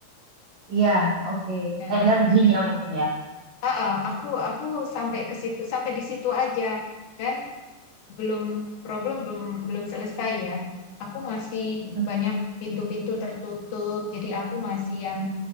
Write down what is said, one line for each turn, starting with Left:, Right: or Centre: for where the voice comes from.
Right: Iya, oke.
Left: Nah,
Right: Energinya
Left: itu
Right: mungkin ya.
Left: uh aku aku sampai ke situ sampai di situ aja dan belum problem belum belum selesai ya. Aku masih
Right: Mm-mm,
Left: banyak pintu-pintu tertutup, jadi aku masih yang